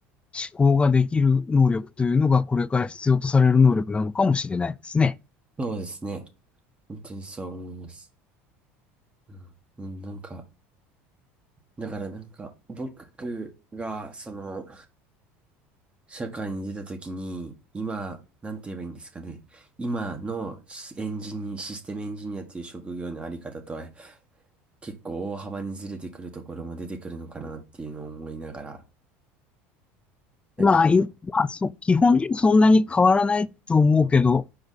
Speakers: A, on the left; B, on the right.
A: 考ができる能力というのが、これから必要とされる能力なのかもしれないですね。
B: そうですね。本当にそう思います。うん、うん、なんか、だからなんか、僕が、その、社会に出た時に、今、なんて言えばいいんですかね。今のシエンジニ、システムエンジニアという職業のあり方とは結構大幅にずれてくるところも出てくるのかなっていうのを思いながら、なんか、
A: まあ、いまあ、そ、基本そんなに変わらないと思うけど、